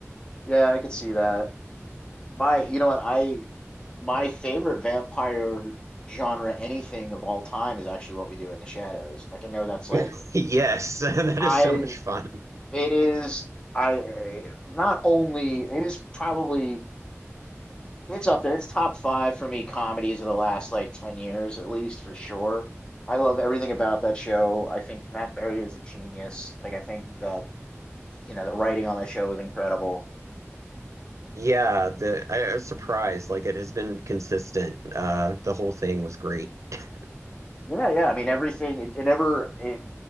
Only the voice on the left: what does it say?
yeah, I could see that. My, you know what, I my favorite vampire genre anything of all time is actually what we do in the shadows. Like I know that's like
I
it is I eh, not only it is probably It's up there. It's top five for me comedies of the last like 10 years, at least for sure. I love everything about that show. I think Matt Berry is a genius. Like, I think that, you know, the writing on that show is incredible.
Yeah, yeah. I mean, everything, it, it never, it,